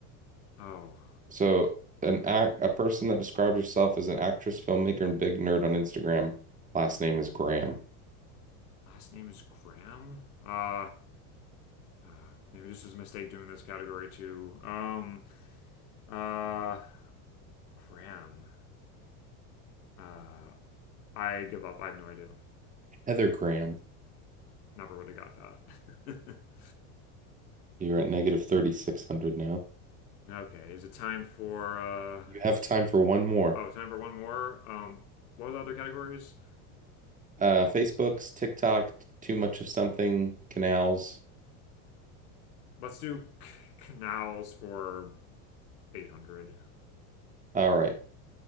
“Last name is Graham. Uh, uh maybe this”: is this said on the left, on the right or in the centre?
Left